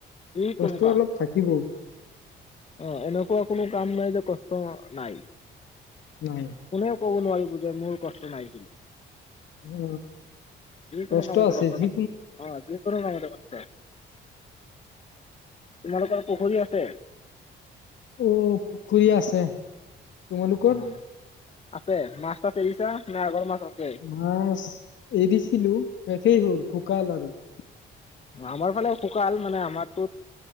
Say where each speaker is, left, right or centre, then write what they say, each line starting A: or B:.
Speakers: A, on the left (about 30°); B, on the left (about 70°).
A: যি
B: কষ্ট
A: কোনো কাম
B: অলপ থাকিবই
A: অ এনেকুৱা কোনো কাম নাই যে কষ্ট নাই
B: নাই
A: কোনেও কব নোৱাৰিব যে মোৰ কষ্ট নাই বুলি
B: অ
A: যিকোনো
B: কষ্ট
A: কামতে
B: আছে যি
A: থাকে অ যি কোনো কামতে কষ্ট আছে তোমালোকৰ পুখুৰী আছে?
B: উম, পুখুৰী আছে। তোমালোকৰ
A: উম, আছে মাছ তাছ এৰিছা? নাই, আগৰ মাছ আছে
B: মাছ এৰিছিলো শেষেই হ'ল খুব <unintelligible>
A: আমাৰ ফালে শুকাল মানে আমাৰটো,